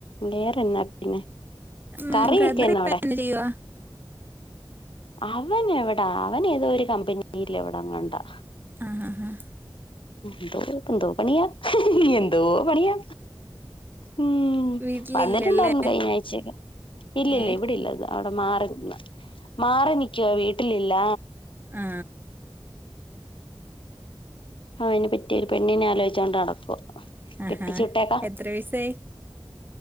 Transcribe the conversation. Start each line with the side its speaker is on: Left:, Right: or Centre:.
Left: വേറെ എന്നാ പിന്നെ
Right: ഉ
Left: കറിയൊക്കെ
Right: ബ്രദറി
Left: എന്നാ
Right: ഇപ്പ ചെയ്യവാ
Left: അവനെവെടാ അവനേതോ ഒരു കമ്പനിയിലവിടങ്ങാണ്ടാ
Right: ആഹ ആഹ് ആഹ
Left: ന്തോപ്പന്തോ പണിയ ന എന്തോ പണിയാ ഉം
Right: വീട്ടിലില്ലല്ലേ
Left: വന്നിട്ടുണ്ടായിരുന്നു കഴിഞ്ഞ ആഴ്ചക്കെ ഇല്ലല്ല
Right: ഏ
Left: ഇവിടെല്ലത് അവിടെ മാറന്ന് മാറി നിക്ക വീട്ടി ട്ടിലില്ല
Right: ആ
Left: ആഹ് അയിന് പറ്റിയൊരു പെണ്ണിനെ ആലോചിച്ചുകോണ്ട് നടക്കുവ
Right: ആഹാ
Left: കെട്ടിച്ചുവിട്ടേക്കാ
Right: എത്ര വയസായി